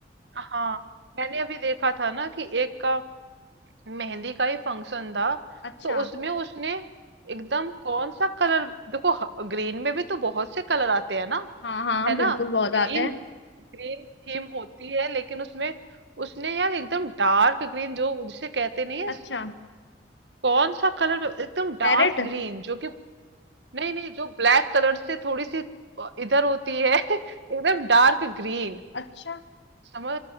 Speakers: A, on the right (about 80°); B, on the left (about 85°).
A: हाँ मैंने अभी देखा था ना कि एक का मेहंदी का ही फंक्शन था
B: अच्छा
A: तो उसमें उसने एकदम कौन सा कलर देखो ग्रीन में भी तो बहुत से कलर आते हैं ना
B: हाँ हाँ
A: है
B: बिल्कुल
A: ना
B: बहुत
A: ग्रीन
B: आते हैं
A: ग्रीन थीम होती है लेकिन उसमें उसने यार एकदम डार्क ग्रीन जो जिसे कहते नहीं है
B: अच्छा
A: कौन सा कलर एकदम डार्क
B: पैरेट
A: ग्रीन जो कि नहीं नहीं जो ब्लैक कलर से थोड़ी सी इधर होती है <laughs> एकदम डार्क ग्रीन
B: अच्छा
A: समझ